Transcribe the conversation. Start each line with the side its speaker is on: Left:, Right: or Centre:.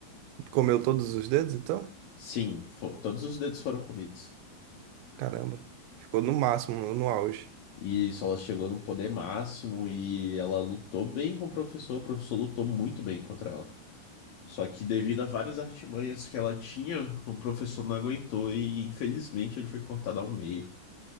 Right: comeu todos os dedos, então?
Left: Sim, fo- todos os dedos foram comidos.
Right: Caramba. Ficou no máximo, no auge.
Left: E isso, ela chegou no poder máximo e ela lutou bem com o professor. O professor lutou muito bem contra ela. Só que devido a várias artimanhas que ela tinha, o professor não aguentou e infelizmente ele foi cortado ao meio.